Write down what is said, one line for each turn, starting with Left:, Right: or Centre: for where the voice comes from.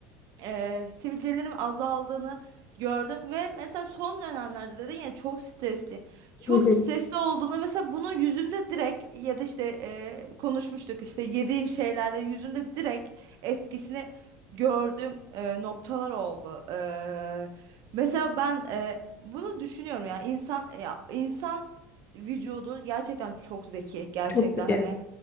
Right: e, sivilcelerim azaldığını gördüm ve mesela son dönemlerde dedin ya çok stresliyim. Çok
Left: Hı hı.
Right: stresli olduğumda mesela bunu yüzümde direkt ya da işte e, konuşmuştuk işte yediğim şeylerde yüzümde direkt etkisini gördüğüm e, noktalar oldu. E, mesela ben e, bunu düşünüyorum ya insan ya insan vücudu gerçekten çok zeki gerçekten
Left: Çok sık
Right: hani